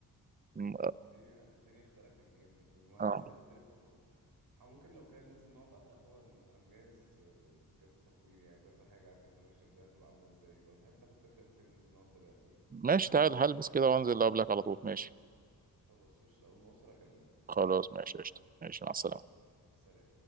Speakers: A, on the right; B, on the right.
A: م-
B: الدنيا الدنيا اختلفت جامد يعني وهي
A: اه
B: هتختلف اكتر ح- ممكن لو كده ننزل نقعد على القهوة ن- انا مجهز آه، كذا تقرير يعني وكذا حاجة على التكنولوجيا قدامها تبقى عاملة ازاي لو تحب تاخد فكرة ممكن ننزل نقعد دلوقتي
A: ماشي تعال هلبس كده وانزل قبلك على طول ماشي
B: خلاص قشطة اول ما اوصل اكلمك
A: خلاص ماشي قشطة ماشي مع السلامة
B: يلا سلام